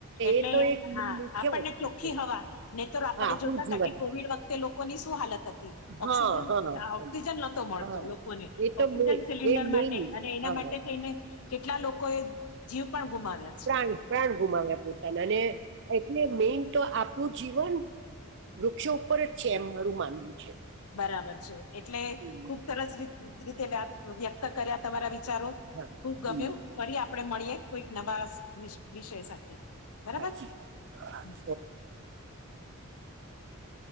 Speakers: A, on the left; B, on the right.
A: એટલે
B: એ તો એક
A: હા
B: મુખ્ય
A: આપણને
B: વસ્તુ
A: ચોખ્ખી
B: છે
A: હવા ને તો આપણે
B: હા આપણું
A: જોતા
B: જીવન
A: હતા કે કોવિડ વખતે લોકોની શું હાલત હતી
B: હા
A: ઓક્સિજન
B: હા
A: ઓક્સિજન
B: એમ.
A: નહતો મળતો
B: હા
A: લોકોને
B: એ તો
A: ઓક્સિજન
B: મે
A: સિલિન્ડર
B: એ મેન
A: માટે અને એના
B: હા
A: માટે. થઈને કેટલા લોકો એ જીવ પણ ગુમાવ્યા‌.
B: પ્રાણ પ્રાણ ગુમાવ્યા પોતાના અને. એટલે મેન તો આપણું જીવન વૃક્ષો ઉપર જ છે એમ મારું માનવું છે.
A: બરાબર છે એટલે
B: હમ
A: ખુબ સરસ રી રીતે વ્યક વ્યક્ત કર્યા તમારા વિચારો.
B: હા
A: ખુબ ગમ્યું
B: જી
A: ફરી આપડે મળીએ કોઈક નવા વિષ વિષય સાથે. બરાબર
B: હાચી વાત
A: હમ.